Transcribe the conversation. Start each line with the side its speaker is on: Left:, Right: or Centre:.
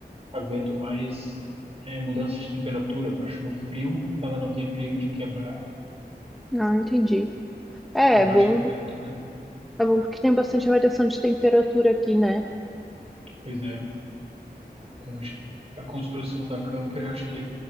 Right: aguentam mais é, mudança de temperatura. Eu acho no frio ela não tem perigo de quebrar
Centre: Ah, entendi. É,
Right: com
Centre: é
Right: baixa
Centre: bom.
Right: temperatura.
Centre: É bom porque tem bastante variação de temperatura aqui, né?
Right: Pois é. Então, acho que para a construção da camper, acho que